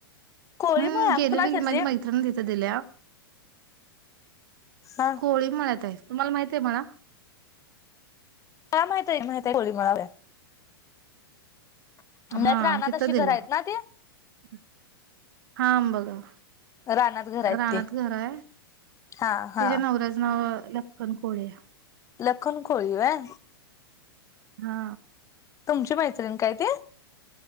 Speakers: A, on the left; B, on the right.
A: कोळी
B: हम्
A: मळा
B: गेलेलो
A: कुणाच्यातली
B: की माझी मै त्रिन तिथं दिल्या
A: हा
B: <inaudible> कोळी मळ्यात हाय. तुम्हाला माहित हाय मळा?
A: मळा माहिताय की, माहिताय कोळी मळा. त्यात
B: हा
A: रानात
B: तिथं
A: अशी
B: दिल्या.
A: घर आहेत ना ते
B: <inaudible> हा बघा.
A: रानात घर आहेत
B: रानात
A: ते
B: घर हाय. <inaudible>
A: हा हा
B: तिच्या नवऱ्याचं नाव लख्खन कोळी हाय.
A: लख्खन कोळी व्हय.
B: हा
A: तुमची मैत्रिण काय ती.